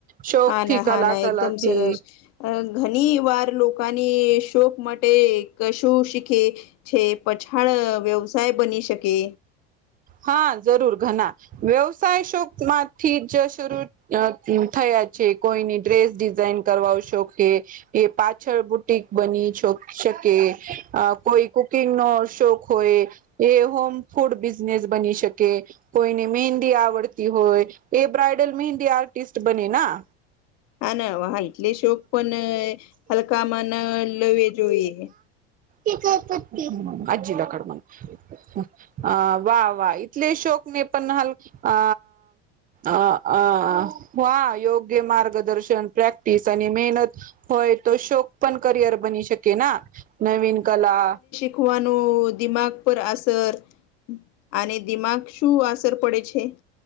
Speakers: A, on the right; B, on the left.
A: શોક
B: હા
A: થી
B: ના
A: કલા
B: હા ના
A: કલા
B: એકદમ
A: થી.
B: સરસ. અ ઘણી વાર લોકોની શોક માટે કશું શીખે છે પછાળ વ્યવસાય બની શકે
A: હા જરૂર ઘણા વ્યવસાય શોક માંથી જ શરૂ અ થયા છે કોઈની ડ્રેસ ડિઝાઇન કરવા શોખ એ પાછળ બુટીક બની શકે કોઈ કુકિંગ નો શોખ હોય. એ હોમ ફૂડ બિઝનેસ બની શકે. કોઈને મહેંદી આવડતી હોય એ બ્રઇડલ મહેંદી આર્ટિસ્ટ બને ના
B: હા ના હ એટલે શોક પણ હલકામાં ના લવી જોઈએ.
A: આજ લ કડ વાહ વાહ ટલે શોક નહી પણ હાલ અ અ અ હ યોગ્ય માર્ગદર્શન પ્રેક્ટિસ અને મહેનત. હોય તો શોક પણ કરિયર બની શકે ના નવીન કલા
B: શખવાનું દિમાગ પર અસર અને દિમાગ શું અસર પડે છે.